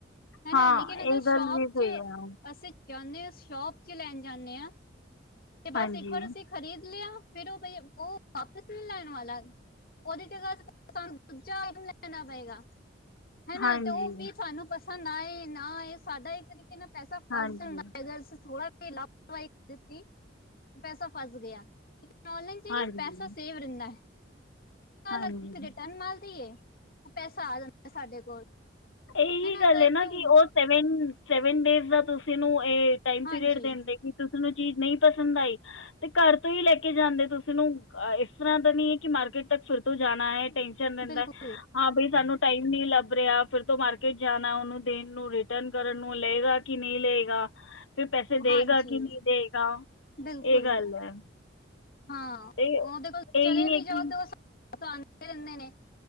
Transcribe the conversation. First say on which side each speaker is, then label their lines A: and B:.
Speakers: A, on the left; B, on the left.
A: ਹੈਨਾ,
B: ਹਾਂ
A: ਲੇਕਿਨ
B: ਇਹ
A: ਅਗਰ
B: ਗੱਲ
A: ਸ਼ੋਪ
B: ਵੀ ਸਹੀ
A: 'ਚ
B: ਆ
A: ਅਸੀਂ ਜਾਂਦੇ ਹਾਂ ਸ਼ੋਪ 'ਚ ਲੈਣ ਜਾਂਦੇ ਹਾਂ। ਤੇ ਬਸ
B: ਹਾਂਜੀ
A: ਇੱਕ ਵਾਰੀ ਅਸੀਂ ਖਰੀਦ ਲਿਆ ਫੇਰ ਉਹ, ਉਹ ਵਾਪਿਸ ਨਹੀਂ ਲੈਣ ਵਾਲਾ। ਉਹਦੀ ਜਗਾ ਸਾਨੂੰ ਦੂਜਾ ਆਈਟਮ ਲੈਣਾ ਪਏਗਾ। ਹਨਾ
B: ਹਾਂਜੀ
A: ਤੇ ਉਹ ਵੀ ਸਾਨੂੰ ਪਸੰਦ ਆਏ ਨਾ ਆਏ ਇਹ ਸਾਡਾ ਇੱਕ ਤਰੀਕੇ ਨਾਲ ਪੈਸਾ
B: ਹਾਂਜੀ
A: ਫਸ ਜਾਂਦਾ ਥੋੜਾ ਤੇ ਲਾਪਰਵਾਹੀ ਦਿੱਤੀ। ਤੇ ਪੈਸਾ ਫਸ ਗਿਆ, ਇਕ ਔਨਲਾਈਨ ਜਾਈਏ
B: ਹਾਂਜੀ
A: <unintelligible> ਜੇਕਰ
B: ਹਾਂਜੀ
A: ਕੋਈ ਰਿਟਰਨ ਮਾਰ ਦਈਏ, ਤੇ ਪੈਸਾ ਆ ਜਾਂਦਾ ਸਾਡੇ ਕੋਲ।
B: ਇਹੀ
A: ਹੈਨਾ
B: ਗੱਲ
A: ਤਾਂ
B: ਹੈ
A: ਜੋ
B: ਨਾ ਕਿ ਉਹ ਸੈਵਨ, ਸੈਵਨ ਡੇਜ਼ ਦਾ ਤੁਸੀਂ ਨੂੰ ਏ ਟਾਈਮ
A: ਹਾਂਜੀ
B: ਪੀਰੀਅਡ ਦੇੰਦੇ ਕਿ ਤੁਸੀ ਨੂੰ ਚੀਜ਼ ਨਹੀਂ ਪਸੰਦ ਆਈ ਤੇ ਘਰ ਤੋਂ ਹੀ ਲੈ ਕੇ ਜਾਂਦੇ ਤੁਸੀਂ ਨੂੰ ਇਸ ਤਰ੍ਹਾਂ ਨੀ ਹੈ ਕਿ ਮਾਰਕੀਟ ਤੱਕ ਫਿਰ ਤੋਂ ਜਾਣਾ ਏ ਟੈਂਸ਼ਨ ਰਹਿੰਦਾ
A: ਬਿਲਕੁਲ
B: ਹੈ, ਹਾਂ ਬਈ ਸਾਨੂੰ ਟਾਈਮ ਨੀ ਲੱਭ ਰਿਹਾ। ਫੇਰ ਤੋਂ ਮਾਰਕੀਟ ਜਾਣਾ, ਉਹਨੂੰ ਦੇਣ ਨੂੰ ਰਿਟਰਨ ਕਰਨ ਨੂੰ, ਲਏਗਾ ਕਿ ਨਹੀਂ ਲਏਗਾ? ਫੇਰ ਪੈਸੇ
A: ਹਾਂਜੀ
B: ਦੇਗਾ ਕਿ ਨਹੀਂ ਦੇਗਾ?
A: ਬਿਲਕੁਲ
B: ਇਹ ਗੱਲ ਹੈ।
A: ਹਾਂ
B: ਇਹ
A: ਉਹਦੇ ਕੋਲ
B: ਇਹੀ
A: ਚਲੇ ਵੀ
B: ਹੈ
A: ਜਾਓ
B: ਕਿ
A: ਤੋ ਤੁਹਾਨੂੰ ਦੇਂਦੇ ਨੇ